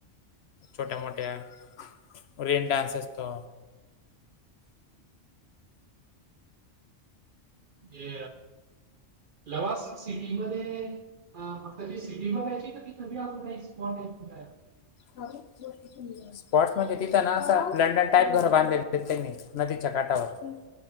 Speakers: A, on the left; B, on the right.
A: छोट्या मोठ्या रेन डान्स असतो.
B: हे लवासा सिटी मध्ये अ फक्त ती सिटी बघायची का ती थ अजूनही एक स्पॉट आहे त कयला <unintelligible>
A: अ <unintelligible> स्पॉट्स म्हणजे तिथं ना असं लंडन टाईप घर बांधले त्यांनी नदीच्या काठावर.